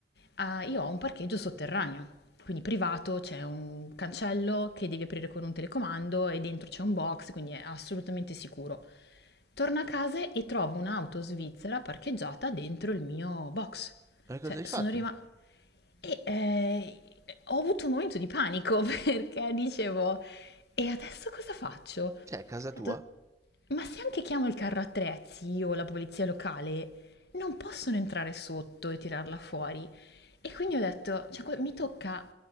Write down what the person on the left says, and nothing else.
Ah, io ho un parcheggio sotterraneo, quindi privato, c'è un cancello che devi aprire con un telecomando e dentro c'è un box, quindi è assolutamente sicuro. Torno a casa e trovo un'auto svizzera parcheggiata dentro il mio box.
Cioè,
sono
rimasta... E eh, ho avuto un momento di panico <laughs> perché dicevo, e adesso cosa faccio? Ho
detto, ma se anche chiamo il carro attrezzi o la polizia locale, non possono entrare sotto e tirarla fuori. E quindi ho detto, cioè, que- mi tocca